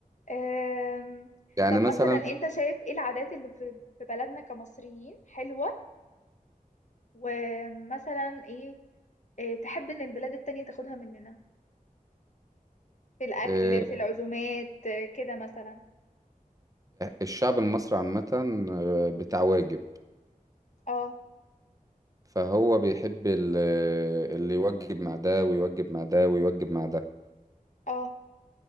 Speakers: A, on the left; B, on the right.
A: أم،
B: يعني
A: طب
B: مثلا
A: مثلا
B: في-
A: انت شايف ايه العادات اللي في في بلدنا كمصريين حلوة ومثلا ايه إيه، تحب ان البلاد التانية تاخدها مننا في الاكل
B: آه،
A: في العزومات إيه، كده مثلا
B: الشعب المصري عامه آه، بتاع واجب
A: اه
B: فهو بيحب ال- آه، اللي يوجب مع ده ويوجب مع ده ويوجب مع ده
A: اه